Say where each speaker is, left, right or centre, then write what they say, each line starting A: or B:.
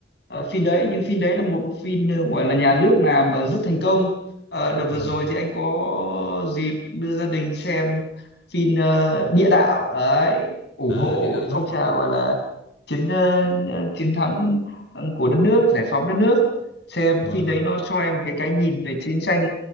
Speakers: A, on the left; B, on the left.
A: Ờ, phim đấy nhưng phim đấy là một phim ờ, gọi là nhà nước làm mà rất thành công Ờ, đợt vừa
B: vâng
A: rồi thì anh có dịp đưa gia đình xem phim ờ, Địa Đạo ấy ủng
B: à
A: hộ
B: địa đạo nó
A: phong trào gọi là chiến ờ, ờ, chiến thắng của đất nước giải phóng đất nước xem
B: Vâng,
A: phim đấy nó cho em một cái cái nhìn về chiến tranh